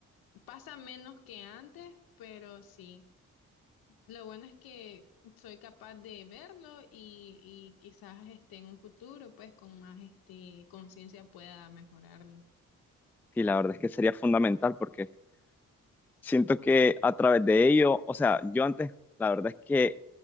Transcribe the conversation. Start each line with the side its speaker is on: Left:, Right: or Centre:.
Left: Pasa menos que antes, pero sí. Lo bueno es que soy capaz de verlo y, y quizás este, en un futuro, pues, con más este, conciencia pueda mejorarlo.
Centre: Y la verdad es que sería fundamental porque siento que a través de ello, o sea, yo antes, la verdad es que